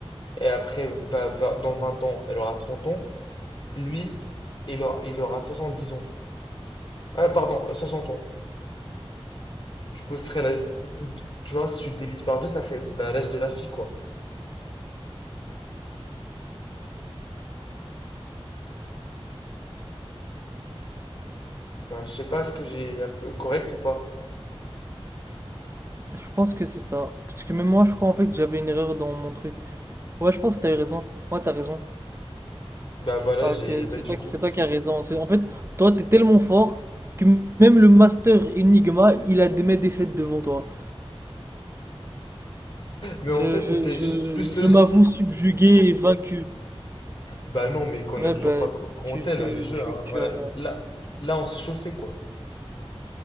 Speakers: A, on the left; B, on the right.
A: et après, bah, va- dans 20 ans, elle aura 30 ans, lui, il aura, il aura 70 ans. Ah, pardon, 60 ans. Du coup, ce serait la... Tu vois, si tu le divises par deux, ça fait bah, l'âge de la fille, quoi. Bah, je sais pas, est-ce que j'ai un peu correct ou pas?
B: je pense que c'est ça. Parce que même moi, je crois en fait que j'avais une erreur dans mon truc. Ouais, je pense que t'as eu raison. Ouais, t'as raison.
A: Bah voilà,
B: Ouais,
A: j'ai...
B: c'est,
A: Bah
B: c'est
A: du
B: toi,
A: coup...
B: qui- c'est toi qui as raison. C'est, en fait, toi, t'es tellement fort que même le master Enigma, il a des mes défaites devant toi.
A: Mais
B: Je,
A: en fait,
B: je,
A: c'était
B: je,
A: juste plus logique.
B: je m'avoue subjugué et vaincu.
A: Bah non, mais qu'on
B: Ouais,
A: n'a toujours
B: bah,
A: pas co- commencé,
B: tu, tu,
A: là, le jeu,
B: tu,
A: hein.
B: tu
A: Voilà,
B: as
A: là, là, on se chauffait, quoi.